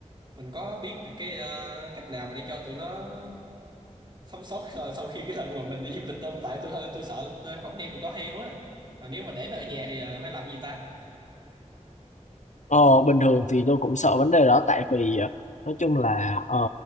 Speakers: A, on the right; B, on the left.
A: mình có biết được cái ờ, cách nào mà để cho tụi nó sống sót rồi sau khi cái lần mà mình đi du lịch tôm tại tôi tôi sợ là tôi không đem việc đó theo á mà nếu mà để nó ở nhà thì ờ, phải làm gì ta
B: Ờ, bình thường thì tôi cũng sợ vấn đề đó tại vì ờ, nói chung là ờ,